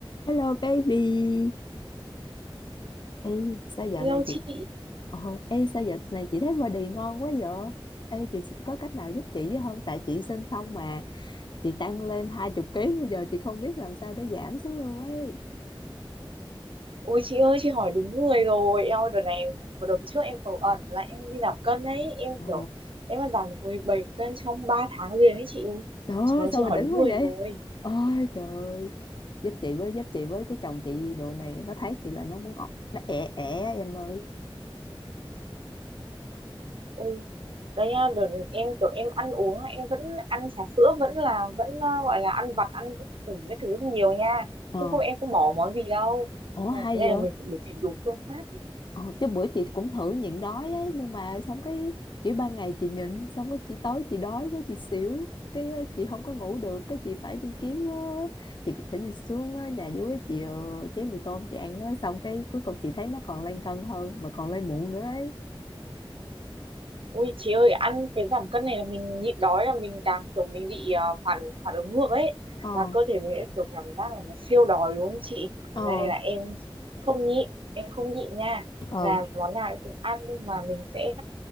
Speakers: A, on the left; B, on the right.
A: Hello baby. Ê, sao dạo
B: Lâu
A: này
B: chị
A: chị Ồ, ê, sao dạo này chị thấy body ngon quá vậy? Ê, chị có cách nào giúp chị với không? Tại chị sinh xong mà chị tăng lên hai chục ký bây giờ chị không biết làm sao để giảm xuống luôn ấy.
B: Ôi chị ơi chị hỏi đúng người rồi Em ơi, đợt này vừa Đợt trước em ở ẩn là em đi giảm cân đấy Em
A: Ồ,
B: kiểu Em mà giảm được 17 cân trong 3 tháng liền đấy chị
A: trời ơi,
B: Trời ơi,
A: sao
B: chị hỏi
A: mà đỉnh
B: đúng
A: quá
B: người
A: vậy?
B: rồi
A: Ôi trời ơi. Giúp chị với, giúp chị với chứ chồng chị đồ này nó thấy chị là nó muốn ọ- nó ẻ ẻ em ơi.
B: Ôi đấy nha đợt em kiểu em ăn uống là Em vẫn ăn trà sữa Vẫn là vẫn ờ, gọi là ăn vặt Ăn ủng cái thứ nhiều nha
A: Ờ,
B: Chứ không em không bỏ món gì đâu
A: ủa
B: Này,
A: hay
B: Cái này
A: vậy?
B: là mình phải được tìm đủ phương pháp
A: Ờ, chứ bữa chị cũng thử nhịn đói ấy, nhưng mà xong cái kiểu ban ngày chị nhịn xong cái chị tối chị đói quá chị xỉu cái ờ, chị không có ngủ được cái chị phải đi kiếm ờ, chị phải đi xuống ờ, nhà dưới chị ờ, chế mì tôm chị ăn á. xong cái cuối cùng chị thấy nó còn lên cân hơn mà còn lên muộn nữa ấy
B: Ui chị ơi ăn cái giảm cân này là mình nhịn đói là mình càng kiểu mình bị ờ, phản phản ứng ngược ấy
A: ờ
B: là cơ thể mình sẽ kiểu cảm giác là nó siêu đói đúng không chị còn
A: ờ
B: đây là em không nhịn em không nhịn nha
A: ừ
B: là món nào em cũng ăn nhưng mà mình sẽ